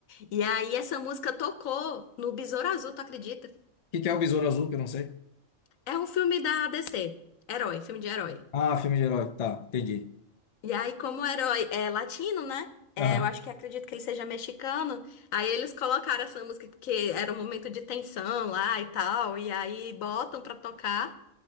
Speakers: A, on the left (about 80°); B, on the left (about 60°).
A: E aí essa música tocou no Besouro Azul, tu acredita?
B: que que é o Besouro Azul, que eu não sei?
A: É um filme da DC, herói, filme de herói.
B: Ah, filme de herói. Tá, entendi.
A: E aí, como o herói é latino, né? É,
B: Aham.
A: eu acho que acredito que ele seja mexicano. Aí eles colocaram essa música porque era um momento de tensão lá e tal. E aí botam pra tocar.